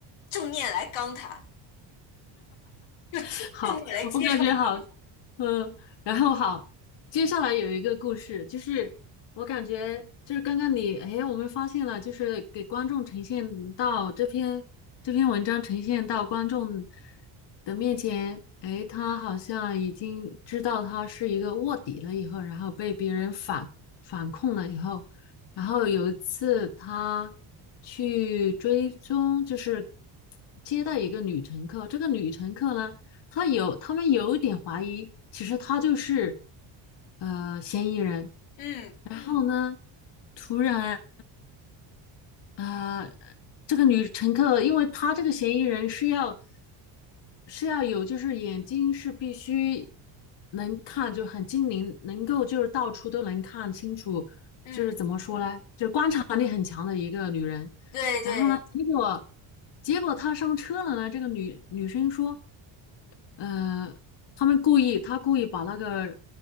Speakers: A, on the left (about 75°); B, on the left (about 55°).
A: 正面来刚他，就正面来揭穿。
B: <laughs> 好，我感觉好，嗯，然后好，接下来有一个故事，就是我感觉就是刚刚你，哎，我们发现了，就是给观众呈现到这篇这篇文章呈现到观众的面前，哎，他好像已经知道他是一个卧底了以后，然后被别人反反控了以后。然后有一次他去追踪，就是接待一个女乘客。这个女乘客呢，她有他们有一点怀疑，其实她就是呃嫌疑人。
A: 嗯
B: 然后呢，突然呃，这个女乘客，因为她这个嫌疑人是要是要有，就是眼睛是必须能看，就很精灵，能够就是到处都能看清楚，
A: 嗯，
B: 就是怎么说呢，就是观察力很强的一个女人。
A: 对对，
B: 呢结果结果他上车了呢，这个女女生说，呃，他们故意他故意把那个